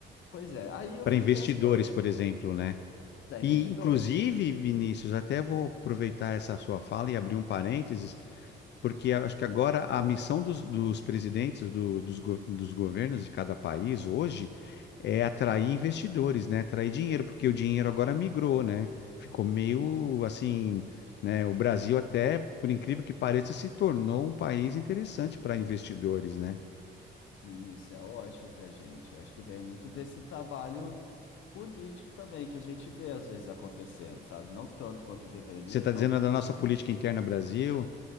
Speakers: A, on the left; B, on the left.
A: pois é, aí eu
B: Para
A: fico
B: investidores,
A: pensando,
B: por exemplo, né?
A: já investidores?
B: E, inclusive, Vinícius, até vou aproveitar essa sua fala e abrir um parênteses, porque eu acho que agora a missão dos, dos presidentes do- dos, go- dos governos de cada país hoje é atrair investidores, né? Atrair dinheiro, porque o dinheiro agora migrou, né? Ficou meio assim, né? O Brasil até, por incrível que pareça, se tornou um país interessante para investidores, né?
A: Sim, isso é ótimo para a gente. Eu acho que vem muito desse trabalho político também que a gente vê às vezes acontecendo, sabe? Não tanto quanto deveria,
B: Você está
A: talvez.
B: dizendo da nossa política interna Brasil?